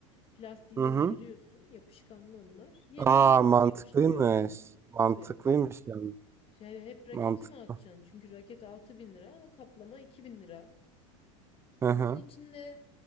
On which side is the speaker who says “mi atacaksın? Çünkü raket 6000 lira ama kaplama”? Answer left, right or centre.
Left